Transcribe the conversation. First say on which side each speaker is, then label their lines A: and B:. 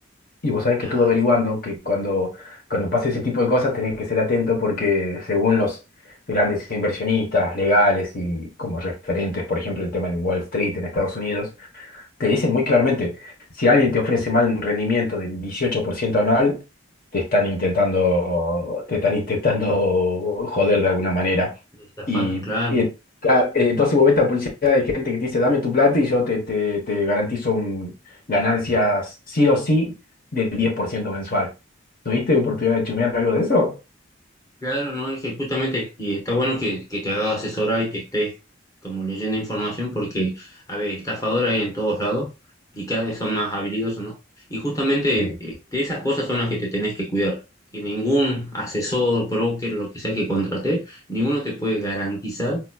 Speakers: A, on the left; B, on the left.
A: Y vos sabés
B: Ya,
A: que estuve averiguando que cuando, cuando pasa ese tipo de cosas tenés que ser atento porque según los grandes inversionistas legales y como referentes, por ejemplo, el tema en Wall Street en Estados Unidos, te dicen muy claramente, si alguien te ofrece mal un rendimiento del 18% anual, te están intentando, te están intentando joder de alguna manera.
B: estafar,
A: Y,
B: claro.
A: y, ca- eh, entonces vos ves esta publicidad de gente que te dice, dame tu plata y yo te, te, te garantizo un, ganancias sí o sí del 10% mensual. ¿Tuviste oportunidad de chumear algo de eso?
B: Claro, no, es que justamente, y está bueno que, que te hagas asesorar y que estés como leyendo información, porque, a ver, estafadores hay en todos lados y cada vez son más habilidosos, ¿no? Y justamente
A: Sí.
B: eh, de esas cosas son las que te tenés que cuidar, que ningún asesor, broker, lo que sea que contrate, ninguno te puede garantizar